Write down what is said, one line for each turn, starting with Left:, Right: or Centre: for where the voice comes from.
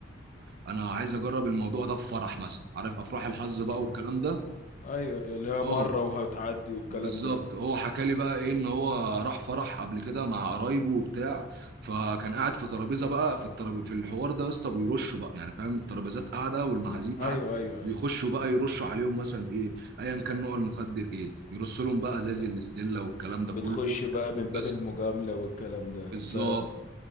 Right: انا عايز اجرب الموضوع ده في فرح مثلا عارف افراح الحظ بقى
Left: اه
Right: والكلام ده
Left: ايوه ايوه اللي هي
Right: اه
Left: مره وهتعدي والكلام
Right: بالظبط
Left: ده
Right: هو حكى لي بقى ايه ان هو راح فرح قبل كده مع قرايبه وبتاع فكان قاعد في ترابيزه بقى في الترابيزه في الحوار ده يا اسطى بيرشوا بقى يعني فاهم الترابيزات قاعده والمعازيم قاعده
Left: ايوه ايوه
Right: بيخشوا
Left: ايوه
Right: بقى يرشوا عليهم مثلا ايه ايا كان نوع المخدر ايه يرصوا لهم بقى ازاز
Left: ده
Right: الاستيلا والكلام
Left: بتخش
Right: ده كله
Left: بقى من
Right: بس
Left: باب المجامله والكلام ده
Right: بالظبط
Left: ف